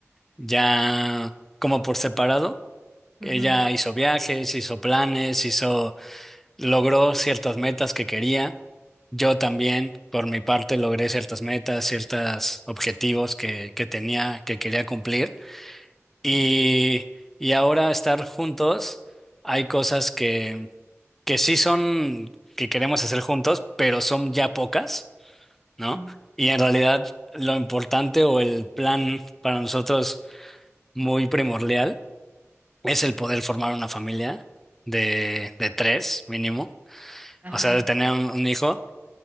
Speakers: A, in the centre; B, on the right.
A: ya como por separado. Ella
B: Ujú.
A: hizo viajes, hizo planes, hizo, logró ciertas metas que quería. Yo también, por mi parte, logré ciertas metas, ciertos objetivos que, que tenía, que quería cumplir. Y,
B: Sí.
A: y ahora estar juntos, hay cosas que, que sí son, que queremos hacer juntos, pero son ya pocas. ¿no?
B: Mm.
A: Y en realidad lo importante o el plan para nosotros muy primordial es el poder formar una familia de, de tres mínimo,
B: Ajá.
A: o sea, de tener un, un hijo